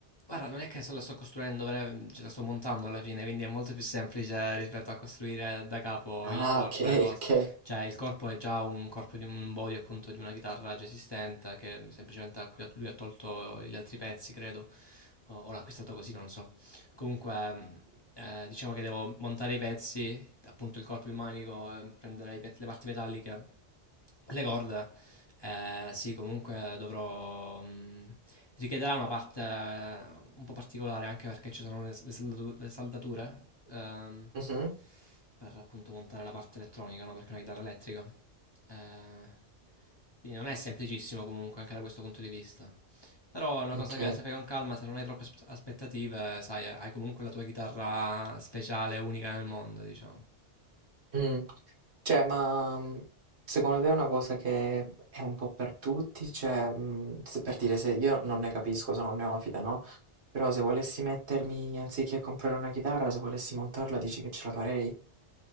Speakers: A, on the left (about 25°); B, on the right (about 70°).
A: Guarda, non è che se la sto costruendo, vera- ce la sto montando alla fine, quindi è molto più semplice rispetto a costruire da capo
B: Ah,
A: il corpo,
B: ok,
A: le cose.
B: ok.
A: Cioè, il corpo è già un corpo di un body, appunto, di una chitarra già esistente, che semplicemente a cui ha- lui ha tolto gli altri pezzi, credo, o, o l'ha acquistato così, non so. Comunque, mh, eh, diciamo che devo montare i pezzi, appunto il corpo, il manico, eh, prendere i pezzi- le parti metalliche, le corde. Eh, sì, comunque dovrò... mh, richiederà una parte eh, un po' particolare anche perché ci sono le, le saldatu- le saldature ehm,
B: Mhm,
A: per appunto montare la parte elettronica, no? perché è una chitarra elettrica. Eh, quindi non è semplicissimo comunque anche da questo punto di vista. Però è una
B: Ok.
A: cosa che se fai con calma, se non hai troppe aspe- aspettative, sai, hai comunque la tua chitarra speciale, unica nel mondo, diciamo.
B: Mm. Cioè, ma mh, secondo te è una cosa che è un po' per tutti? Cioè, mh, se- per dire, se io non ne capisco, sono un neofita, no? Però se volessi mettermi, anziché comprare una chitarra, se volessi montarla, dici che ce la farei?